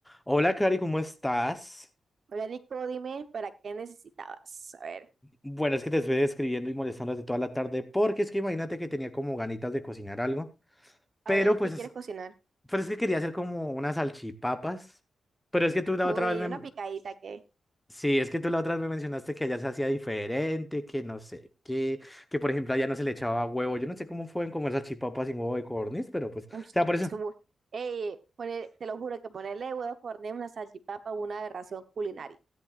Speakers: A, in the centre; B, on the right (about 55°).
A: Hola, Cari, ¿cómo estás?
B: Hola Nico, dime, ¿para qué necesitabas? A ver,
A: Bueno, es que te estoy escribiendo y molestando desde toda la tarde porque es que imagínate que tenía como ganitas de cocinar algo,
B: a
A: pero
B: ver,
A: pues,
B: ¿qué quieres
A: es-
B: cocinar?
A: pero es que quería hacer como unas salchipapas, pero es que tú la
B: Uy,
A: otra vez
B: una
A: me...
B: picadita que...
A: Sí, es que tú la otra vez me mencionaste que allá se hacía diferente, que no sé qué, que por ejemplo allá no se le echaba huevo. Yo no sé cómo pueden comer salchipapas sin huevo de codorniz, pero pues, o
B: Uy,
A: sea, por
B: eso...
A: eso...
B: bu- Ey, poner, te lo juro que ponerle huevos corneros, una salchipapa, una aberración culinaria.